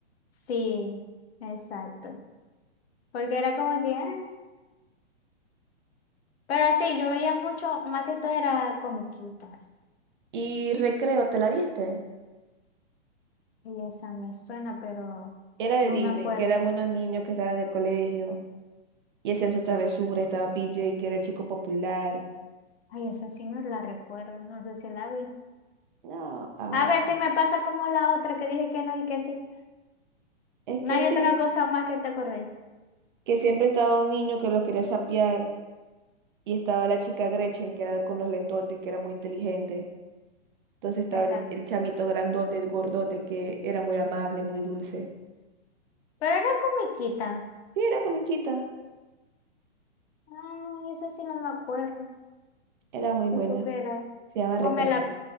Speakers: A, on the left (about 60°); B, on the right (about 45°).
A: Sí, exacto. Porque era como que, ah, Pero sí, yo veía mucho, más que todo era comiquitas.
B: Y recreo, ¿te la viste?
A: Y esa me suena, pero
B: Era de
A: no
B: Disney,
A: me acuerdo.
B: que eran unos niños que estaban en el colegio y hacían sus travesuras. Estaba PJ, que era el chico popular.
A: Ay, esa sí no la recuerdo, no sé si la vi.
B: No, ah,
A: A ver si me pasa como la otra que dije que no y que sí.
B: es
A: No
B: que
A: hay
B: sí,
A: otra cosa más que te acordé.
B: que siempre estaba un niño que los quería sapear y estaba la chica Gretchen, que era con los lentotes, que era muy inteligente. Entonces estaba
A: Exacto.
B: el, el chamito grandote, el gordote, que era muy amable, muy dulce.
A: Pero era comiquita.
B: Sí, era comiquita,
A: Ay, esa sí no me acuerdo.
B: era muy
A: Si
B: buena.
A: supiera.
B: Se llama Recreo.
A: O me la,